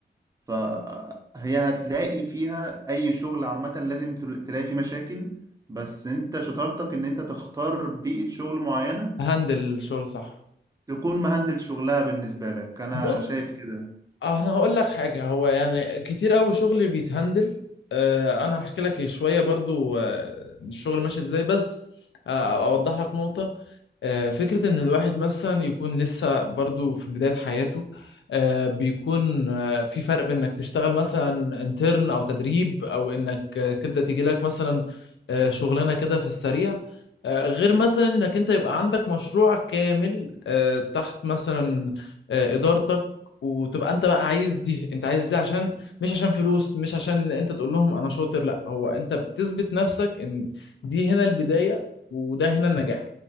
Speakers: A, on the right; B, on the left.
A: فهي هتلاقي فيها اي شغل عامة لازم تل- تلاقي فيه مشاكل بس انت شطارتك ان انت تختار بيئة شغل معينة
B: هندل الشغل صح
A: تكون مهندل شغلها بالنسبة لك انا
B: بص
A: شايف كده
B: اه انا هقول لك حاجه هو يعني كتير قوي شغل بيتهندل آه انا هحكي لك شويه برضو آه الشغل ماشي ازاي بس آه اوضح لك نقطه آه فكره ان الواحد مثلا يكون لسه برضو في بدايه حياته آه بيكون آه في فرق بين انك تشتغل مثلا انترن او تدريب او انك آه تبدا تيجي لك مثلا آه شغلانه كده في السريع آه غير مثلا انك انت يبقى عندك مشروع كامل آه تحت مثلا آه، ادارتك وتبقى انت بقى عايز دي انت عايز دي عشان مش عشان فلوس مش عشان انت تقول لهم انا شاطر لا هو انت بتثبت نفسك ان دي هنا البداية وده هنا النجاح